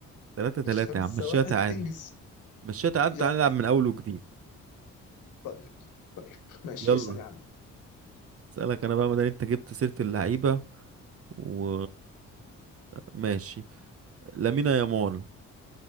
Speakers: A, on the right; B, on the left.
A: تلاتة تلاتة
B: خمسة
A: يا عم مشيها
B: واحد
A: تعادل
B: انجز
A: مشيها تعادل
B: يا
A: تعالى نلعب من أول وجديد
B: طيب طيب ماشي
A: يلا
B: اسأل يا عم
A: اسألك أنا بقى مادام أنت جبت سيرة اللعيبة و ماشي لامين يامال